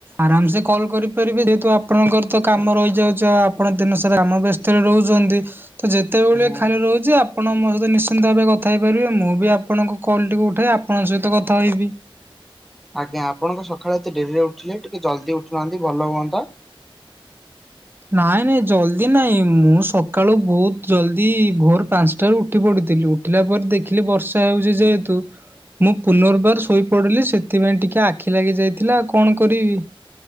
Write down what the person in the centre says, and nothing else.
ହୁଁ।
ଆଜ୍ଞା ଆପଣଙ୍କ ସକାଳେ ଏତେ ଡେରିରେ ଉଠିଲେ ଟିକେ ଜଲ୍ଦି ଉଠୁନାହାନ୍ତି ଭଲ ହୁଅନ୍ତା।